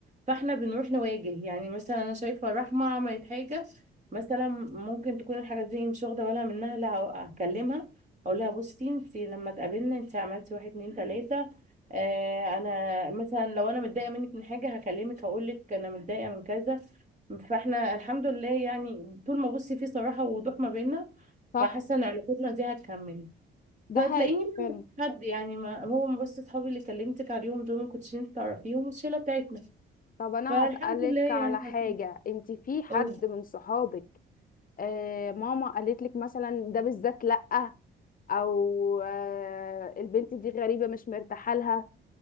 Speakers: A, on the right; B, on the left.
A: فاحنا بنروح نواجه يعني مثلا انا شايفه رحمه عملت حاجه مثلا ممكن تكون الحاجه دي مش واخده بالها منها لا هكلمها اقول لها بصي انت لما اتقابلنا انت عملتي واحد اتنين تلاته آه انا مثلا لو انا متضايقه منك من حاجه هكلمك هقول لك انا متضايقه من كذا فاحنا الحمد لله يعني طول ما بصي في صراحه ووضوح ما بيننا
B: صح
A: فحاسه ان علاقتنا دي هتكمل
B: ده
A: فتلاقيني
B: حقيقي
A: بقى
B: فعلا
A: مش حد يعني ما هو بس اصحابي اللي كلمتك عليهم دول ما كنتش انت تعرفيهم والشله بتاعتنا
B: طب انا
A: فالحمد
B: هسألك
A: لله يعني
B: على
A: ما
B: حاجة
A: فيش
B: انت في حد
A: أوه.
B: من صحابك آه ماما قالت لك مثلا ده بالذات لأ او آه البنت دي غريبة مش مرتاحة لها